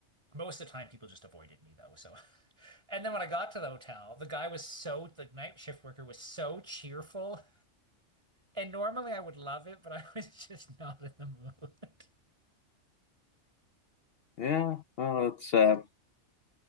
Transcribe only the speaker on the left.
Yeah, well, it's uh,